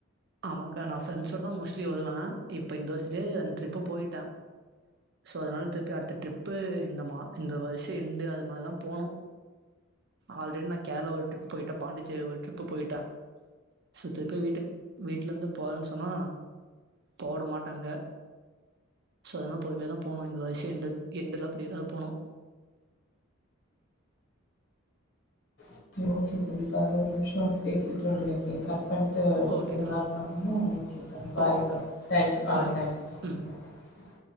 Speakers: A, on the right; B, on the left.
A: ஆமாக்கா நா ஃப்ரண்ட்ஸோடதா மோஸ்ட்லி வருவே இப்ப இந்த வருஷத்துக்கு ரெண்டு ட்ரிப்பு போய்ட்டே சோ அதனால திருப்பி அடுத்த ட்ரிப்பு இந்த மா இந்த வருஷோ எண்டு அது மாதிரி தா போனு ஆல்ரெடி நா கேரளா ஒரு ட்ரிப் போயிட்டே பாண்டிச்சேரி ஒரு ட்ரிப்பு போயிட்டே சுத்தப்பய் வீட்டு வீட்ல இருந்து போறேன்னு சொன்னா போ விட மாட்டாங்க சோ அதனால பொறுமையாக தா போனோ இந்த வருஷோ எண்டுல அப்டி ஏதாவது போனோ
B: செரி ஓகே தம்பி பதினோரு நிமிஷோ பேசிட்டோ நெனக்குறே கர பண்ணிட்டு எடுத்துக்கங்க
A: ஓகேக்கா
B: நா பாரணும் ஓகேப்ப பாய்
A: ஓகேக்கா
B: பாய் தேங்க்யூ ஆ
A: பாய்க்கா
B: தேங்க் யூ தேங்க்யூ
A: ம்